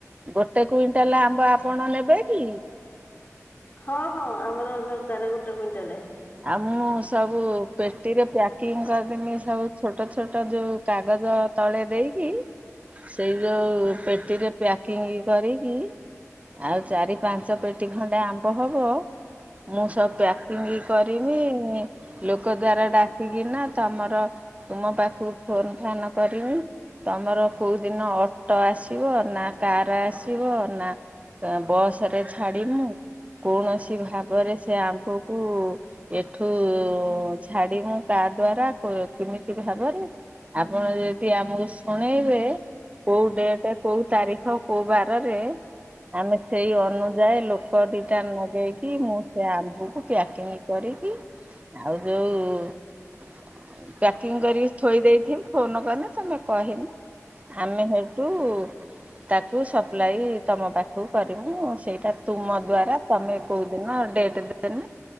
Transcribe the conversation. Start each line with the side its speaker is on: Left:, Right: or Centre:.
Right: ଗୋଟେ କୁଇଣ୍ଟାଲ ଆମ୍ବ ଆପଣ ନେବେ କି?
Left: ହଁ ହଁ ଆମର ଦରକାର ଗୋଟେ କୁଇଣ୍ଟାଲ।
Right: ଆଉ ମୁଁ ସବୁ ପେଟିରେ ପ୍ୟାକିଂ କରିଦେମି ସବୁ ଛୋଟ ଛୋଟ ଯୋଉ କାଗଜ ତଳେ ଦେଇକି ସେଇ ଯେଉଁ ପେଟିରେ ପ୍ୟାକିଂ କରିକି ଆଉ ଚାରି ପାଞ୍ଚ ପେଟି ଖଣ୍ଡେ ଆମ୍ୱ ହବ ମୁଁ ସବୁ ପ୍ୟାକିଂ କରିମି ଲୋକ ଦ୍ଵାରା ଡାକିକିନା ତମର ତୁମ ପାଖକୁ ଫୋନ ଫାନ୍ କରିମି ତମର କୋଉ ଦିନ ଅଟୋ ଆସିବ ନା କାର ଆସିବ ନା ବସ ରେ ଛାଡ଼ିମୁ। କୌଣସି ଭାବରେ ସେ ଆମ୍ବକୁ ଏଠୁ ଛାଡିମୁ କା ଦ୍ଵାରା କି-କିମିତି ଭାବରେ ଆପଣ ଯଦି ଆମକୁ ଶୁଣେଇବେ। କୋଉ ଡେଟ୍ କୋଉ ତାରିଖ କୋଉ ବାରରେ ଆମେ ସେଇ ଅନୁଯାୟୀ ଲୋକ ଦିଟା ନଗେଇକି ମୁଁ ସେ ଆମ୍ବକୁ ପ୍ୟାକିଂ କରିକି ଆଉ ଯୋଉ ପ୍ୟାକିଂ କରିକି ଥୋଇ ଦେଇେଥିମି ଫୋନ କଲେ ତମେ କହିନେ ଆମେ ହେଠୁ ତାକୁ ସପ୍ଲାଇ ତମ ପାଖକୁ କରିମୁ। ସେଇଟା ତୁମ ଦ୍ଵାରା ତମେ କୋଉ ଦିନ ଡେଟ୍ ଦେନେ।